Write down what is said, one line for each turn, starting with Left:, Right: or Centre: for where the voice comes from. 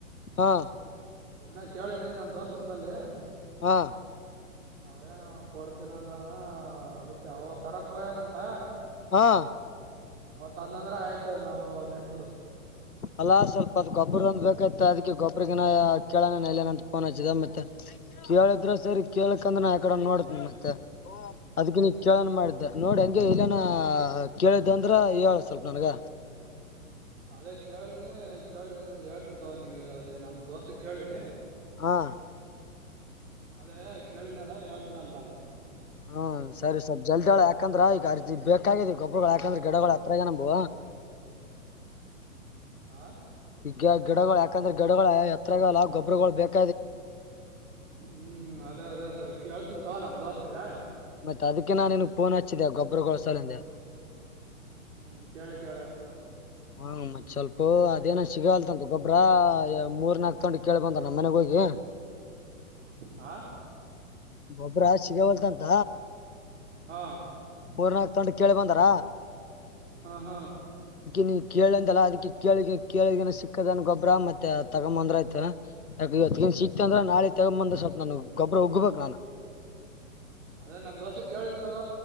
Left: ಹಾ
Right: ಏನ ಕೇಳೇನಿ ನಮ್ ದೋಸ್ತನ್ ಬಲ್ಲಿಿ
Left: ಹಾ
Right: ಹೌನು ಕೊಡ್ತೀನ ಅಂದ ಅದಕ್ಕೆ ಅವ ತರಕ್ ಹಯನಂತ
Left: ಹಾ
Right: ತಂದಂದ್ರ ಆಯ್ತ ನಾವು ನಡತದ
Left: ಎಲ್ಲಾ ಸ್ವಲ್ಪ ಅದು ಗೊಬ್ಬರ ಒಂದು ಬೇಕತ್ತ ಅದಕ್ಕೆ ಗೊಬ್ರಗಿನ ಕೇಳಣನಂತ ಫೋನ್ ಹಚ್ಚಿದ ಮತ್ತೆ ಕೇಳಿದ್ರೆ ಸರಿ ಕೇಳಕ್ಂದ್ರೆ ನ ಯಕಡೆ ನೋಡತನ ಮತ್ತೆ ಅದ್ ನೀ ಕೇಳೋಣ ಮಾಡಿದ್ದೆ ನೋಡಿ ಹಂಗೆ ಇಲ್ಲ ಕೇಳಿದ್ದ ಅಂದ್ರ ಹೇಳಳ್ ಸ್ವಲ್ಪ ನನ್ಗ
Right: ಅದೇ ಕೇಳಿನಿ ಕೇಳಿ ಹೇಳ್ತೀನಿ ತಗ ನಿಂಗೆ ಅದ ನಮ ದೋಸೆ ಕೇಳಿನಿ
Left: ಹಾ
Right: ಅದೇ ಕೇಳಿದನಲ್ಲ ಹೇಳ್ತೀನ ಅಂತಾನ
Left: ಹ್ಮ ಸರಿ ಸ್ವಲ್ಪ ಜಲ್ದಿಯೊಳ ಯಾಕಂದ್ರೆ ಈ ಅರ್ ಬೇಕಾಗಿದ ಗೊಬ್ಬ್ರಗಳು ಯಾಕಂದ್ರೆ ಗಿಡಗಳ ಹತ್ರ ನಂಬು
Right: ಆ
Left: ಈಗ ಗಿಡಗಳು ಯಾಕಂದ್ರೆ ಗಿಡಗಳು ಎತ್ರರಲ್ಲ ಗೊಬ್ಬರಗಳು ಬೇಕ
Right: ಹ್ಮ್ ಅದೇ ಅದೇ ಕೇಳ್ತನ್ ತವ ನಮ ದೋಸ್ತಿಗ
Left: ಮತ್ತೆ ಅದಕ್ಕೆ ನಾನೇನು ಫೋನ್ ಹಚ್ಚಿದೆೆ ಗೊಬ್ಬರಗೊಳಸಾಲಂದೆ
Right: ಹ್ಮ್ ಕೇಳಿ ಕೇಳಿ ಹಸ್ತನ ಅಂತ
Left: ಹಾ ಮತ್ತೆ ಸ್ವಲ್ಪ ಅದೇನ ಸಿಗಲ್ತಂತ ಗೊಬ್ಬರ ಮೂರ್ ನಾಲ್ಕು ತಗೊಂಡಿ ಕೇಳಳ್ ಬಂದ ನಮ್ಮ ಮನೆಗ ಹೋಗಿ
Right: ಆ
Left: ಗೊಬ್ಬ್ರ ಸಿಗ ಹೊಲ್ತಂತ
Right: ಹಾ
Left: ಮೂರ್ ನಾಲ್ಕು ತೊಂಡ ಕೇಳಿ ಬಂದಾರ
Right: ಹ್ಮ ಹಾ
Left: ನೀ ಕೇಳಂತಲ್ಲ ಅದಕ್ಕೆ ಕೇಳ ಕೇಳ ಸಿಕ್ಕದ ಗಬ್ಬ ಗೊಬ್ರ ಮತ್ತ ತಗೊಂಬಂದ್ರ ಆಯತ್ ಯಾ ಇವತ್ತಗ ಸಿಕ್ತ ಅಂದ್ರ ನಾಳ ತಗೊಂಬಂದ್ರ ಸ್ಲ್ಪ ನು ಗೊಬರ ಉಗ್ಬೇಕು ನಾನು
Right: ಅದೇ ನಮ್ ದೋಸೆಕ್ ಕೇಳನ್ ತಗ